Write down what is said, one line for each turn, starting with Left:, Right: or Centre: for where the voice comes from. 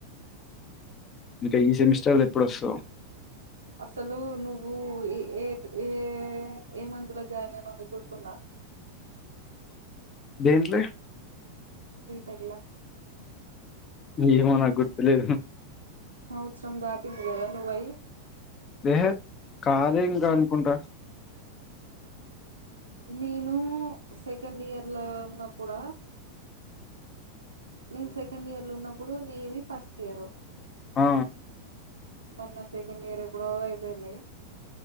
Left: ఇంకా ఈ సెమిస్టర్ ఎప్పుడు వస్తదో
Right: అసలు నువ్వు ఏ ఏ ఏ మంత్లో జాయిన్ అయినవు అని గుర్తుందా
Left: దేంట్లే
Right: ఇంటర్ల
Left: ఏమో నాకు గుర్తులేదు
Right: సంవత్సరందాటింది కదా నువ్వు అయ్యి
Left: దేహే కాలేదు ఇంకా అనుకుంటా
Right: నేను సెకండ్ ఇయర్లో ఉన్నప్పుడా నేను సెకండ్ ఇయర్లో ఉన్నప్పుడు నీది ఫస్ట్ ఇయర్
Left: ఆ
Right: బట్ నాది సెకండ్ ఇయర్ ఎప్పుడో అయిపోయింది